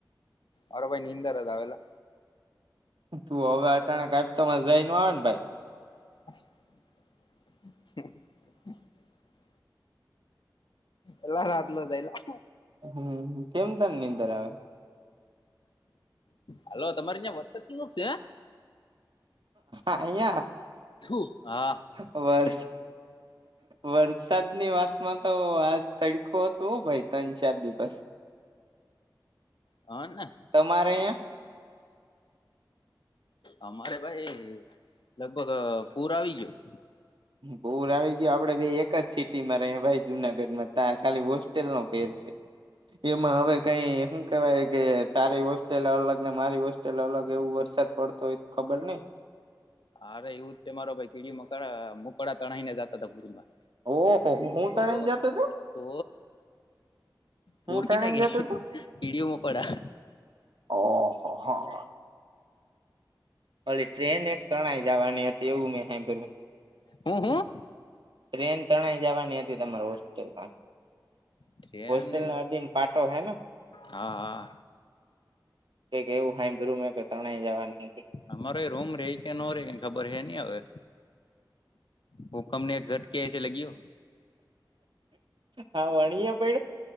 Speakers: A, on the left; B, on the right.
A: અરા ભાઈ નિંદર આવેેલા
B: તું હવે અટાણે કા તો મજા ન આવે ને ભાઈ
A: <inaudible> એલા રાતલો જઈલા
B: હમ કેમ તને નીંદર આવે
A: હાલ તમારી ત્યાં વરસાદ કેવખ છે
B: અયા
A: ું હા
B: બર વરસાદની વાતમાં તો આજ તડખું હતું ભાઈ ત્રણ ચાર દિવસ <inaudible>
A: હ ના
B: તમારે અ્યાં
A: અમારે ભાઈ લગભગ પૂર આવી ગયયો
B: બહુ આવી ગયો આપડે બે એક જ સીટ ભાઈ જુનાગઢમાં ત ખાલી હોસ્ટેલ નો પેર છે એમાં હવે કઈ શું કેવાય કે તારી હોસ્ટેલ અલગ ને મારી હોસ્ટેલ અલગ એવું વરસાદ પડતો હોય ખબર નઈ
A: અરે એવું જ છે મારો કેીડી મકડા મોકડા તણાઈને જતા હતાા પુરમાં
B: ઓહો હું
A: તો
B: તણાઈને જતું તું
A: તો
B: હું
A: પરકી
B: તણાઈને
A: ના કેે
B: જતું તું
A: કડીઓ મકોડા
B: ઓહહહા ભલે ટ્રેન એક ત્રણય જવાની હતી એવું મેં સાર
A: હમ હા
B: ટ્રેન તણાઈ જવાની હતી તમાર હોસ્ટેલ પણ
A: ટ્રેન
B: હોસ્ટેલ ન દન પાટો હે
A: હા હા
B: કક એવું હાઈું મે ત્રણેય જવાનું
A: અમાર એ રૂમ રેઈ કે નો રે ખબર હે ન હવે ભૂકં ને એક્ઝટ કેસસે લગી્યો
B: હા વણીએ ભ